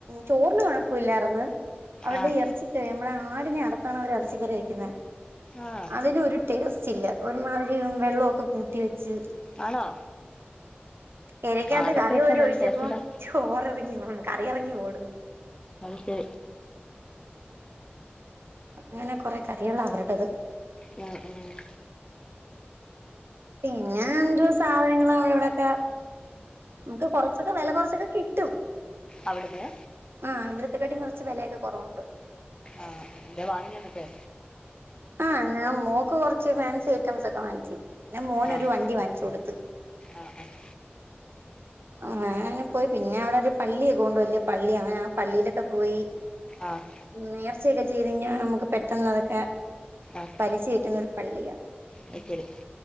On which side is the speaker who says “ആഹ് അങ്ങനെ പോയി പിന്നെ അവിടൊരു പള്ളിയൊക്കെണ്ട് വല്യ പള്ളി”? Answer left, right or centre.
Right